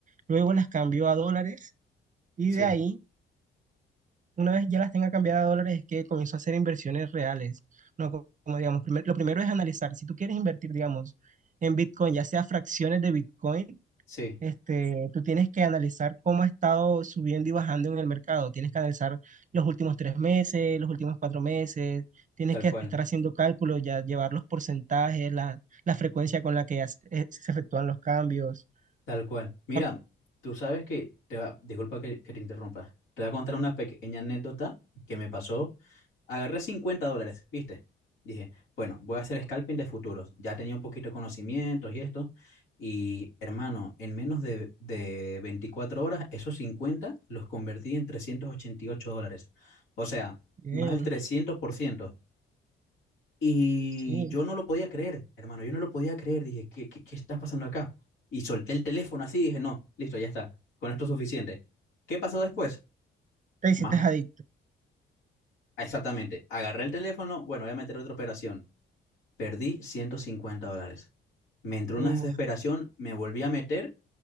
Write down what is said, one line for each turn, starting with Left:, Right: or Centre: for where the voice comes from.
Right: Luego las cambio a dólares y
Left: sí,
Right: de ahí, una vez ya las tenga cambiadas a dólares, es que comenzó a hacer inversiones reales. No, Co- como, digamos, primer- lo primero es analizar. Si tú quieres invertir, digamos, en Bitcoin, ya sea fracciones de Bitcoin,
Left: sí,
Right: este, tú tienes que analizar cómo ha estado subiendo y bajando en el mercado. Tienes que analizar los últimos tres meses, los últimos cuatro meses. Tienes
Left: tal
Right: que
Left: cual,
Right: estar haciendo cálculos, ya llevar los porcentajes, la, la frecuencia con la que has- eh, se efectúan los cambios.
Left: tal cual. Mira,
Right: Ah,
Left: tú sabes que, te va- disculpa que, que te interrumpa, te voy a contar una pequeña anécdota que me pasó Agarré 50 dólares, ¿viste? Dije, bueno, voy a hacer scalping de futuros. Ya tenía un poquito de conocimientos y esto. Y hermano, en menos de, de 24 horas, esos 50 los convertí en 388 dólares. O sea,
Right: Bien,
Left: más del 300%. Y
Right: sí.
Left: yo no lo podía creer, hermano, yo no lo podía creer. Dije, ¿qué, qué, qué está pasando acá? Y solté el teléfono así, dije, no, listo, ya está. Con esto es suficiente. ¿Qué pasó después?
Right: Te hiciste
Left: Más
Right: adicto.
Left: exactamente, agarré el teléfono, bueno, voy a meter otra operación. Perdí 150 dólares. Me entró
Right: Uf,
Left: una desesperación, me volví a meter